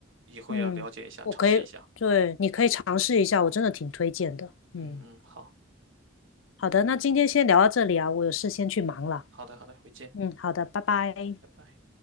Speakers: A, on the right; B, on the left.
A: 以后也要了解一下，
B: 嗯，我可以，
A: 尝试一下。
B: 对，你可以尝试一下，我真的挺推荐的。嗯，
A: 嗯嗯，好，
B: 好的，那今天先聊到这里啊，我有事先去忙了。
A: 好的好的，回见，
B: 嗯，好的，拜拜。
A: 拜拜。